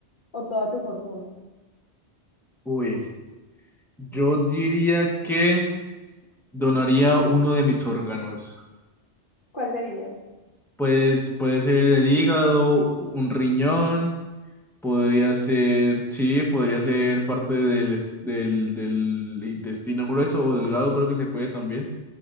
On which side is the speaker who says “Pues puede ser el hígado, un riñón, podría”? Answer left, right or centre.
Centre